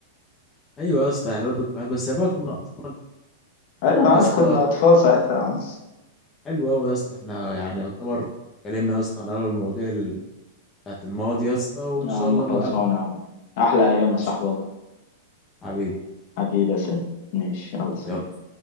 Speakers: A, on the left; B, on the left.
A: ايوه يا اسطى يعني ولاد ضد بنات بس بقى كنا اطفال
B: ايوه
A: كده
B: انا عارف
A: يا اسطى
B: كنا اطفال ساعتها يا عم
A: حلو قوي يا اسطى احنا يعني يعتبر اتكلمنا يا اسطى عن اغلب المواضيع ال- بتاعت الماضي يا اسطى وان
B: يا
A: شاء
B: عم
A: الله
B: خلصانه
A: لما اقابلك
B: يا عم احلى ايام يا
A: ماشي
B: صاحبي والله
A: حبيبي
B: حبيبي يا سيد ماشي يلا سلام
A: يلا